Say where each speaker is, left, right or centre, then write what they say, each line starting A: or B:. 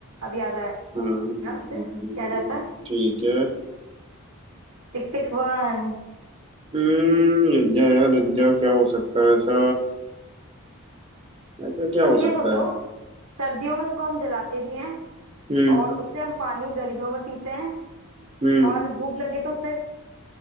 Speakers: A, on the right; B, on the right.
A: अब याद आया
B: हम्म,
A: इसे क्या जाता है
B: ठीक है
A: टिक टिक वन
B: हम्म रज्जा यार रज्जा क्या हो सकता है ऐसा ऐसा क्या
A: तुम
B: हो
A: ये
B: सकता
A: सोचो
B: है
A: सर्दियों में उसको हम जलाते भी हैं
B: हम्म
A: और उससे हम पानी गर्मियों में पीते हैं
B: हम्म
A: और भूख लगे तो उससे